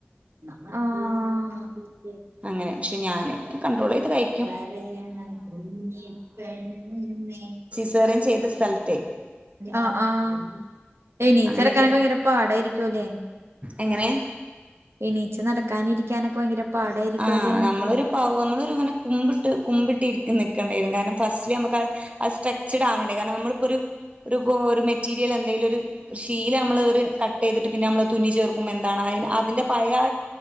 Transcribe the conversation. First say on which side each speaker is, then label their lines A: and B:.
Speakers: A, on the right; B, on the right.
A: ആഹ്
B: അങ്ങനെ പക്ഷെ ഞാൻ കണ്ടട്രോൾ ചെയ്ത് കഴി
A: പറയണ കുഞ്ഞി പെണ്ണേ
B: സെറിയം ചെയ്ത സ്ഥലത്ത്
A: ആഹ് ആഹ് ഏനിച്ച്
B: അങ്ങനെയൊക്കെ
A: നടക്കനൊക്കെ ഭയങ്കര പാടായിരിക്കു അല്ലേ
B: എങ്ങനെ
A: എണീച്ച് നടക്കാനു ഇരിക്കാനൊക്കെ ഭയങ്കര പാടായിരിക്കുംല്ലേന്ന്
B: ആഹ് നമ്മളൊരു പ നമ്മളൊരു ഇങ്ങനെ കുമ്പിട്ട് കുമ്പിട്ടിരിക്ക നിക്കേണ്ടി വരും കാരണം ഫസ്റ്റ് നമുക്ക്ത് സ്ട്രക്ചഡ് ആവേണ്ടേ കാരണം നമ്മളിപ്പോ ഒരു ഒരു ഒരു മെറ്റീരിയൽ എന്തെങ്കിലും ഒരു ഷീല നമ്മൾ ഒരു ക ചെയ്തിട്ട് പിന്നെ നമ്മള് തുന്നി ചേർക്കും എന്താണ് അഹ് അതിന്റെ പഴയ